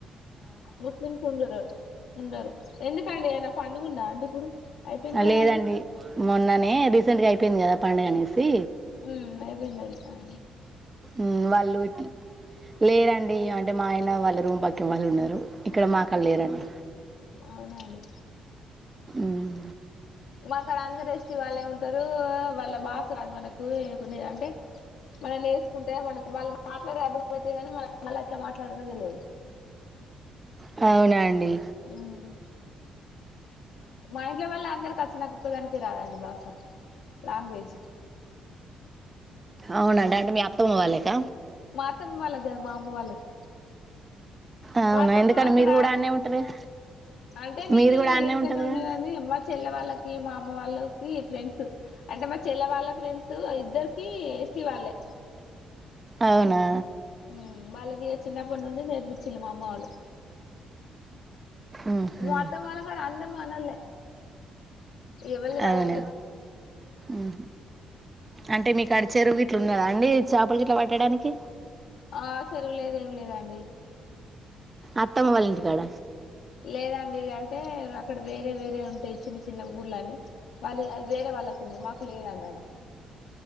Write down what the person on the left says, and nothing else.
ముస్లిమ్స్ ఉండరు ఉండరు ఎందుకండి ఏనా పండుగ ఉందా అండి ఇప్పుడు అయిపోయింది
కదా
అండి
మ్మ్ అయిపోందండి ఆ
అవునండి
మాకాడ అందరూ ఎస్ చు వాళ్ళే ఉంటారు వాళ్ళ బాస కాదు మనకు ఏ కొన్ని అంటే మనం నేసుకుంటే మనకి వాళ్ళు మాట్లాడే అర్డు పెట్టంది కాని మన మళ్ళీ అట్లా మాట్లాడడం తెలియదు
మ్మ్ మా ఇంట్లో వాళ్ళ అందరికి వచ్చు నాక్కొక్కదానికే రాదండి భాష లాంగ్వేజ్
మాతమ్మ వాళ్ళద మా అమ్మ వాళ్ళకి
మా అత్తమ్మ
అక్కడ
అంటే నేను
ఇక్కడనే
ఉండేదన్ని
మా చెల్లె వాళ్ళకి మా అమ్మ వాళ్ళకి ఫ్రెండ్స్ సు అంటే మా చెల్ల వాళ్ళ ఫ్రెండ్స్ ఇద్దరికి ఎస్ట్ వాళ్ళే
ఉమ్ వాళ్ళకి చిన్నప్పటి నుండి నేర్పించిళ మా అమ్మ వాళ్ళు
మా అత్తమ్మ వాళ్ళ కాడ అందరు మనోళ్లే ఎవలిది వాళ్ళకే
ఆ చెరువు లేదు ఏం లేదండి
లేదండి ఇది అంటే అక్కడ వేరే వేరే ఉంటాయి చిన్న చిన్న ఊర్ళని వాళ్ళు అది వేరే వాళ్ళకు ఉంది మాకు లేదండి మాక్ అక్కడ